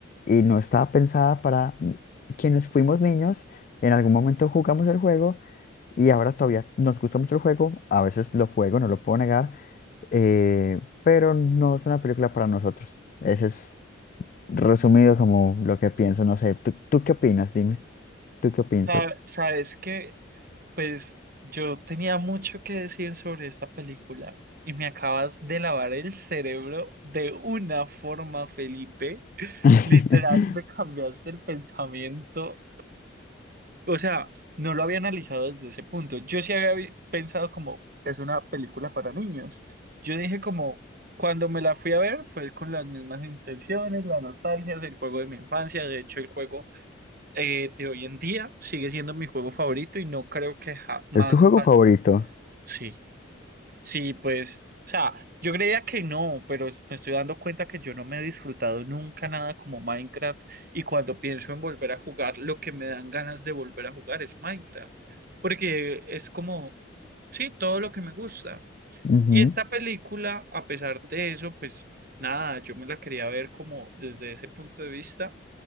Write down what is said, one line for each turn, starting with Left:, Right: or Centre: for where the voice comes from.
Left: y no estaba pensada para mm, quienes fuimos niños, en algún momento jugamos el juego y ahora todavía nos gusta mucho el juego, a veces lo juego, no lo puedo negar eh, pero no es una película para nosotros. Ese es resumido como lo que pienso, no sé. ¿Tú, tú qué opinas? Dime, ¿tú qué piensas?
Right: Sa- Sabes que, pues, yo tenía mucho que decir sobre esta película y me acabas de lavar el cerebro de una forma, Felipe.
Left: <laughs>
Right: Literal, me cambiaste el pensamiento. O sea, no lo había analizado desde ese punto. Yo sí había vi- pensado como, es una película para niños. Yo dije como, cuando me la fui a ver, fue con las mismas intenciones, la nostalgia, el juego de mi infancia. De hecho, el juego eh, de hoy en día sigue siendo mi juego favorito y no creo que jamás
Left: ¿Es tu juego
Right: va...
Left: favorito?
Right: Sí, sí, pues, o sea, yo creía que no, pero me estoy dando cuenta que yo no me he disfrutado nunca nada como Minecraft y cuando pienso en volver a jugar, lo que me dan ganas de volver a jugar es Minecraft, porque es como, sí, todo lo que me gusta.
Left: Ujú.
Right: Y esta película, a pesar de eso, pues nada, yo me la quería ver como desde ese punto de vista.